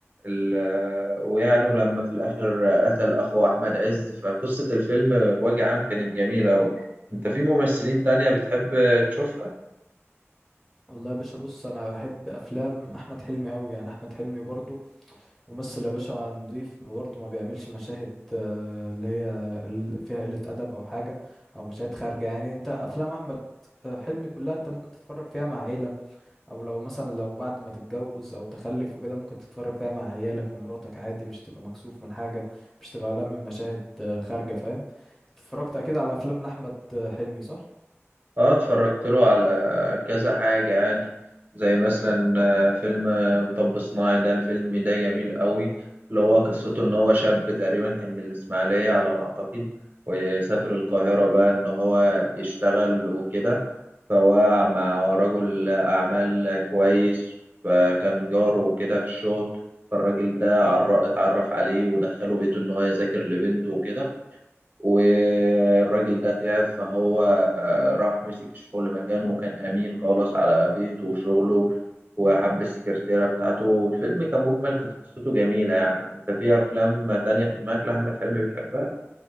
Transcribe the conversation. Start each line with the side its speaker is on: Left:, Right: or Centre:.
Right: ال- آه، ويعني لما في الاخر قتل اخو احمد عز فقصه الفيلم بوجه عام كانت جميله قوي انت في ممثلين تانية بتحب تشوفها
Centre: والله يا باشا بص انا بحب افلام احمد حلمي قوي يعني احمد حلمي برضو ممثل يا باشا نضيف برضو ما بيعملش مشاهد آه، اللي هي ال- فيها قلة ادب او حاجة او مشاهد خارجة يعني انت افلام احمد آه، حلمي كلها انت ممكن تتفرج فيها مع عيلة او لو مثلا لو بعد ما تتجوز او تخلف وكده ممكن تتفرج فيها مع عيالك ومراتك عادي مش تبقى مكسوف من حاجة مش تبقى قلقان من مشاهد آه، خارجة فاهم انت اتفرجت اكيد على افلام لاحمد آه، حلمي صح
Right: اه اتفرجت له على كذا حاجة يعني زي مثلا آه، فيلم آه، مطب صناعي ده الفيلم ده جميل قوي اللي هو قصته ان هو شاب تقريبا كان من الاسماعيلية على ما اعتقد ويسافر القاهرة بقى ان هو يشتغل وكده فهو مع رجل اعمال كويس فكان جاره وكده في الشغل فالراجل ده عر- اتعرف عليه ودخله بيته ان هو يذاكر لبنته وكده والراجل ده تعب فهو راح مسك الشغل مكانه وكان أمين خالص على بيته وشغله وحب السكرتيرة بتاعته الفيلم كمجمل كانت قصته جميلة يعني أنت في أفلام تانية في دماغك لأحمد حلمي بتحبها؟